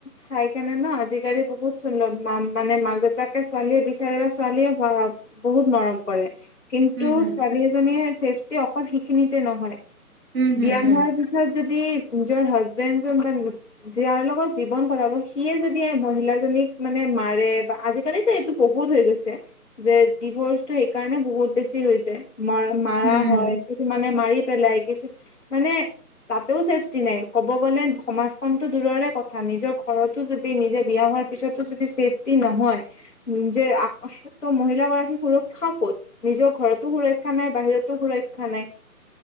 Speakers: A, on the left; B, on the right.
A: চাই কেনে ন আজিকালি বহুত ছোৱালী মানে মাক দেউতাকে ছোৱালী বিচাৰে বা- ছোৱালীয়ে হোৱা বহুত মৰম কৰে। কিন্তু
B: উম, হম,
A: ছোৱালী এজনীয়ে ছেভটি অকল সেইখিনিতে নহয়
B: উম, হম,
A: বিয়া
B: হম,
A: হোৱাৰ- বিয়া হোৱাৰ পিছত যদি নিজৰ হাজবেণ্ড যোনজন যাৰ লগত - জীৱন কটাব সিয়ে যদি মহিলাজনীক মানে মাৰে বা আজিকালিতো এইটো বহুত হৈ গৈছে। যে ডিভৰ্চটো সেইকাৰণে বহুত বেছি হৈছে। মা মাৰা
B: উম।
A: হয় - কিছুমানে মাৰি পেলাই, কিছু - মানে তাতেও চেভটি নাই, ক'ব গ'লে সমাজখন তো দূৰৰে কথা। কথা, নিজৰ ঘৰতো যদি নিজে বিয়া হোৱাৰ পিছতো যদি চেভটি নহয়, নিজে - ত' মহিলাগৰাকী সুৰক্ষা কত, নিজৰ ঘৰতো সুৰক্ষা নাই বাহিৰতো সুৰক্ষা নাই।